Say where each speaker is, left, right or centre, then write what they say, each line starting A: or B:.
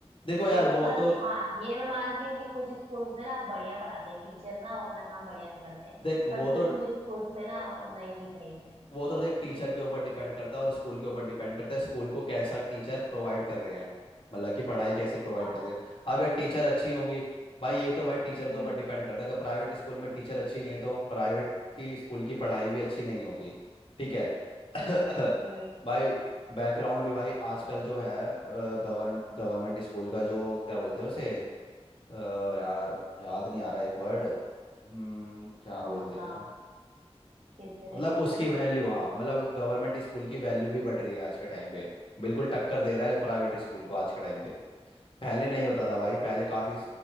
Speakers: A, on the left; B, on the right.
A: देखो यार
B: क्यों
A: वो
B: बस
A: तो
B: हाँ ये मैं मानती हूँ कि कुछ स्कूल्स में ना बढ़िया पढ़ाते हैं टीचर ना वो अपना काम बढ़िया से करते हैं
A: देख
B: बट
A: वो
B: कुछ
A: तो
B: कुछ स्कूल्स में ना नहीं सही है
A: वो तो देख टीचर के ऊपर डिपेंड करता है और स्कूल के ऊपर डिपेंड करता है स्कूल को कैसा टीचर प्रोवाइड कर रहे हैं मतलब कि पढ़ाई कैसी प्रोवाइड
B: हाँ
A: कर रहे हैं अगर टीचर अच्छी होंगी भाई ये तो भाई टीचर के
B: हम्म
A: ऊपर डिपेंड करता है अगर प्राइवेट स्कूल में टीचर अच्छी नहीं है तो प्राइवेट की स्कूल की पढ़ाई भी अच्छी नहीं होगी ठीक है <coughs>
B: हम्म
A: <laughs>
B: हम्म
A: भाई बैकग्राउंड भी भाई आजकल जो है गवर्न गवर्नमेंट स्कूल का जो क्या बोलते हैं उसे अ, यार याद नहीं आ रहा एक वर्ड हम्म क्या
B: कौन
A: बोलते
B: सा
A: हैं
B: किससे
A: मतलब
B: रिलेटेड
A: उसकी
B: है
A: वैल्यू हाँ मतलब गवर्नमेंट स्कूल की वैल्यू भी बढ़ रही है आज के टाइम पे बिल्कुल टक्कर दे रहा है प्राइवेट स्कूल को आज के टाइम पे पहले नहीं होता था भाई पहले काफ़ी